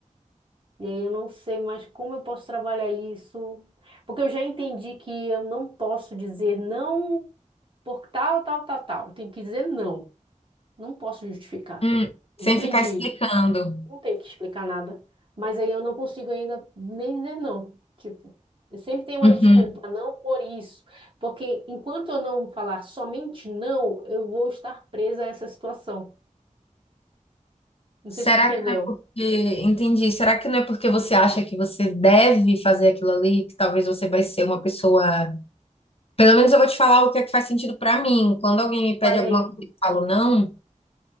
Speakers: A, on the right; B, on the left.
A: e aí eu não sei mais como eu posso trabalhar isso, porque eu já entendi que eu não posso dizer não por tal, tal, tal, tal. Eu tenho que dizer não, não posso justificar.
B: Hum, Sem
A: Eu já aprendi
B: ficar explicando.
A: isso. Não tenho que explicar nada. Mas aí eu não consigo ainda nem dizer não. Tipo, eu sempre tenho uma
B: Uhum.
A: desculpa, não por isso. Porque enquanto eu não falar somente não, eu vou estar presa a essa situação. Não
B: Será
A: sei se tu entendeu.
B: que não é porque. Entendi. Será que não é porque você acha que você deve fazer aquilo ali, que talvez você vai ser uma pessoa. Pelo menos eu vou te falar o que é que faz sentido pra mim. Quando alguém me
A: Falei,
B: pede alguma coisa e eu falo não,